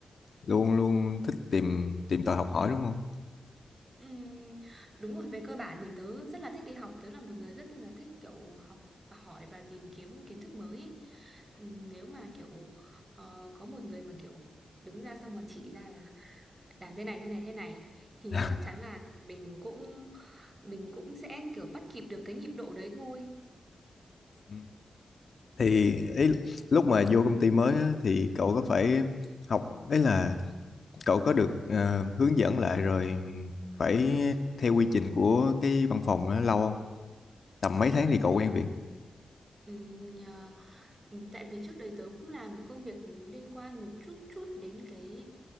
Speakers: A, on the left (about 65°); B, on the right (about 30°).
A: luôn luôn thích tìm tìm tòi học hỏi đúng không
B: Ừm, đúng rồi về cơ bản thì tớ rất là thích đi học tớ là một người rất là thích kiểu học hỏi và tìm kiếm kiến thức mới ý. Ừm, nếu mà kiểu ờ, có một người mà kiểu đứng ra xong rồi chỉ ra là phải làm thế này thế này thế này thì
A: <laughs>
B: chắc chắn là mình cũng mình cũng sẽ kiểu bắt kịp được cái nhịp độ đấy thôi
A: Ừ. thì ý, lúc mà vô công ty mới á, thì cậu có phải học đấy là cậu có được ờ, hướng dẫn lại rồi phải theo quy trình của cái văn phòng đó lâu không tầm mấy
B: Ừm,
A: tháng thì cậu quen việc
B: ừm, nhờ- ừm, tại vì trước đây tớ cũng làm công việc liên quan một chút chút đến cái